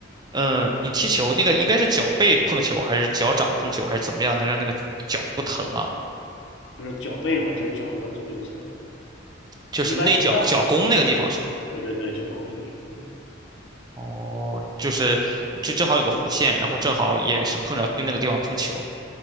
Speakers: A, on the right (about 20°); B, on the left (about 65°).
A: 嗯、你踢球那个应该是脚背碰球，还是脚掌碰球，还是怎么样，能让那个脚不疼啊？
B: 就是脚背嘛，就是脚的左右侧，
A: 就是内脚脚弓那个地方是吗？
B: 一般一般会对对对，脚弓那个地方，对
A: 哦，就是就正好有个弧线，然后正好也是碰着用那个地方碰球。